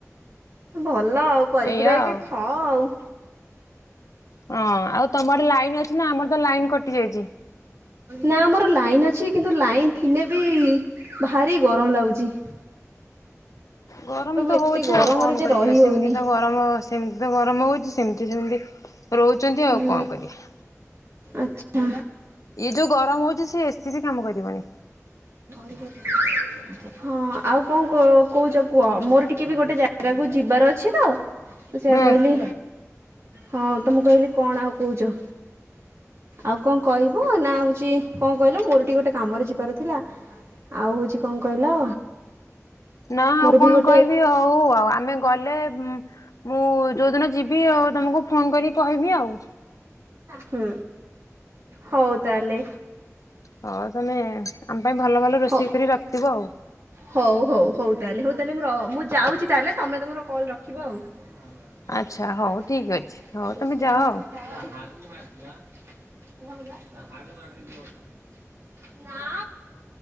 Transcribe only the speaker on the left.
ଏଇଆ ଆଉ।
ହଁ ଆଉ ତମ ଆଡେ ଲାଇନ୍ ଅଛି ନା ଆମର ତ ଲାଇନ କଟି ଯାଇଛି।
ଗରମ ତ
ହୋଉଛି
ଆଉ କଣ
କରିବା
ସେମିତି
ତ ଗରମ ସେମିତି ତ ଗରମ ହେଉଛି ସେମିତି ଯେମିତି ରହୁଛନ୍ତି
ଆଉ କଣ କରିବା।
ଇଏ ଯୋଉ ଗରମ ହଉଛି ସେ ଏସିି ବି କାମ କରିବନି।
ହୁଁ
ନା
ଆଉ କଣ
କହିବି ହଉ ଆଉ ଆମେ ଗଲେ ମୁଁ ଯୋଉଦିନ ଯିବି ଆଉ ତମକୁ ଫୋନ କରି କହିବି ଆଉ।
ହଉ ତମେ ଆମ ପାଇଁ ଭଲ ଭଲ ରୋଷେଇ
କରି ରଖିଥିବ ଆଉ।
ଆଚ୍ଛା ହଉ ଠିକ ଅଛି ହଉ ତମେ ଯାଅ ଆଉ।